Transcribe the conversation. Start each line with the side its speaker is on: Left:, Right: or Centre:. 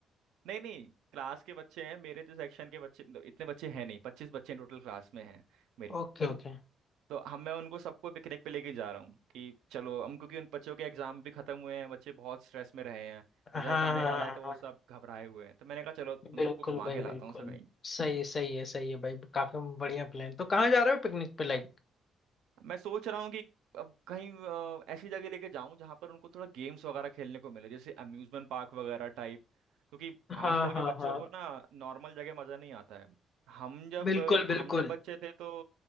Right: नहीं नहीं क्लास के बच्चे हैं मेरे तो सेक्शन के बच्चे मतलब इतने बच्चे हैं नहीं पच्चीस बच्चे टोटल क्लास में हैं मेरी
Left: Okay okay
Right: तो हम मैं उनको सबको पिकनिक पे लेके जा रहा हूँ कि चलो हम क्योंकि उन बच्चों के एग्जाम भी खत्म हुए हैं बच्चे बहुत स्ट्रेस में रहे हैं
Left: हाँ
Right: रिजल्ट
Left: हाँ
Right: आने वाला है
Left: हाँ
Right: तो वो
Left: हाँ
Right: सब घबराए हुए हैं तो मैंने कहा चलो तुम
Left: बिल्कुल
Right: सबको घुमा
Left: भाई
Right: के लाता
Left: बिल्कुल
Right: हूँ सब कहीं
Left: सही है सही है सही है भाई काफी बढ़िया प्लान तो कहाँ जा रहे हो पिकनिक पे लाइक
Right: मैं सोच रहा हूँ कि अब कहीं अ, ऐसी जगह लेके जाऊं जहां पर उनको थोड़ा गेम्स वगैरह खेलने को मिले जैसे अम्यूजमेंट पार्क वगैरह टाइप क्योंकि
Left: हाँ
Right: आजकल के
Left: हाँ
Right: बच्चों
Left: हाँ
Right: को ना नॉर्मल जगह मजा नहीं आता है हम जब
Left: बिल्कुल
Right: हम
Left: बिल्कुल
Right: जब बच्चे थे तो